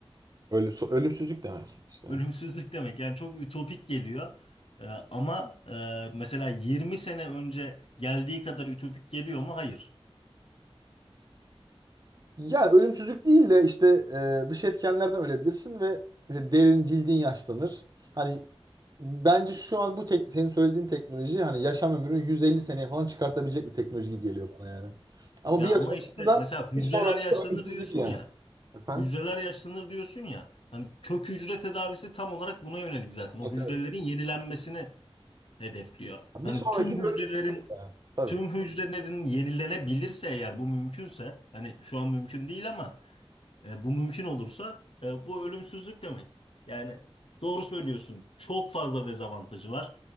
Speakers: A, on the right; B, on the left.
A: Ölüm, so- ölümsüzlük demek işte.
B: Ölümsüzlük demek yani çok ütopik geliyor. Ee, ama e, mesela 20 sene önce geldiği kadar ütopik geliyor mu? Hayır.
A: Yani ölümsüzlük değil de işte e, dış etkenlerden ölebilirsin ve işte derin cildin yaşlanır. Hani bence şu an bu tek, senin söylediğin teknoloji hani yaşam ömrünü 150 seneye falan çıkartabilecek bir teknoloji gibi geliyor bana yani. Ama
B: Ya
A: bir
B: ama
A: sonrası
B: işte
A: da
B: mesela hücreler
A: bir sonrası
B: yaşlanır
A: da ölümsüzlük
B: diyorsun
A: yani.
B: ya.
A: Efendim?
B: Hücreler yaşlanır diyorsun ya. Hani kök hücre tedavisi tam olarak buna yönelik zaten. O
A: Evet,
B: hücrelerin
A: evet.
B: yenilenmesini hedefliyor.
A: Bir
B: Hani
A: sonraki
B: tüm hücrelerin
A: de ölümsüzlük yani. Tabii.
B: tüm hücrelerin yenilenebilirse eğer bu mümkünse hani şu an mümkün değil ama E, bu mümkün olursa e, bu ölümsüzlük demek. Yani doğru söylüyorsun. Çok fazla dezavantajı var